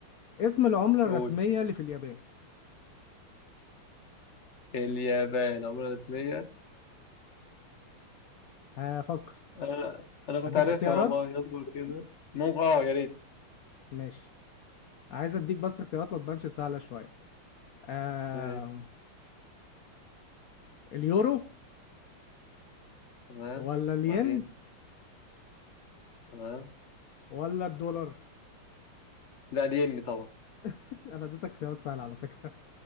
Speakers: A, on the left (about 85°); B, on the left (about 45°).
A: اسم العملة
B: قول
A: الرسمية اللي في اليابان
B: اليابان عملة رسمية
A: هفكر
B: آه أنا كنت
A: اديك
B: عارفها
A: اختيارات
B: والله اصبر كده ممكن اه يا ريت
A: ماشي عايز اديك بس اختيارات ما تبانش سهلة شوية آه...
B: ماشي
A: اليورو
B: تمام
A: ولا الين
B: بعدين تمام
A: ولا الدولار
B: لا الين طبعا
A: <laughs> انا اديتك اختيارات سهله على فكره